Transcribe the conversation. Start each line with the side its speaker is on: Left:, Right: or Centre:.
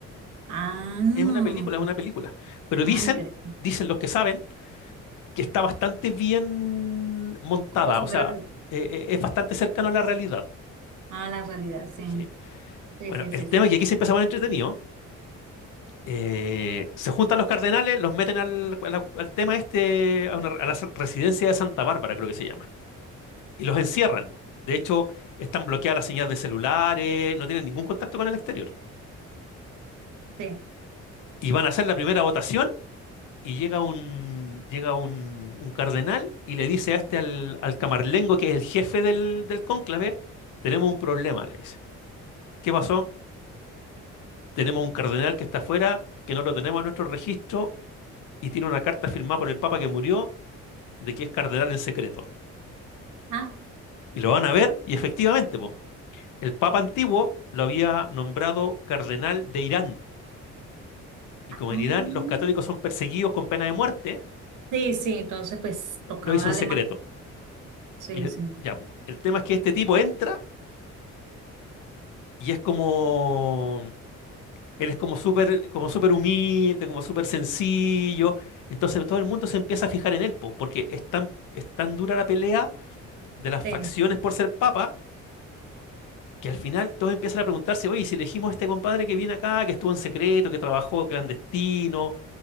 Right: Ah,
Left: es una película, es una película. Pero
Right: ah,
Left: dicen,
Right: interesante.
Left: dicen los que saben que está bastante bien montada,
Right: Como si
Left: o
Right: fuera,
Left: sea,
Right: real-
Left: eh, eh, es bastante cercano a la realidad.
Right: ah, la realidad, sí.
Left: Sí.
Right: Sí,
Left: Bueno,
Right: sí,
Left: el
Right: sí, sí.
Left: tema es que aquí se empieza a poner entretenido. eh, se juntan los cardenales, los meten al, a la- al tema este, a, una- a la residencia de Santa Bárbara, creo que se llama, y los encierran. De hecho, están bloqueadas las señales de celulares, no tienen ningún contacto con el exterior.
Right: Sí.
Left: Y van a hacer la primera votación Y llega un, llega un, un cardenal y le dice a este al, al camarlengo, que es el jefe del, del cónclave, tenemos un problema, le dice. ¿Qué pasó? Tenemos un cardenal que está afuera, que no lo tenemos en nuestro registro y tiene una carta firmada por el Papa que murió de que es cardenal en secreto.
Right: Ah,
Left: Y lo van a ver y efectivamente, po, el Papa antiguo lo había nombrado cardenal de Irán. Y como
Right: ah.
Left: en Irán los católicos son perseguidos con pena de muerte,
Right: Sí, sí, entonces pues tocaba
Left: lo hizo
Right: darle
Left: en secreto.
Right: más. Sí,
Left: Y el-
Right: sí,
Left: ya, po, el tema es que este tipo entra Y es como... Él es como súper como súper humilde, como súper sencillo. Entonces todo el mundo se empieza a fijar en él, po, porque es tan, es tan dura la pelea de las
Right: sí,
Left: facciones por ser papa, que al final todos empiezan a preguntarse, oye, ¿y si elegimos a este compadre que viene acá, que estuvo en secreto, que trabajó clandestino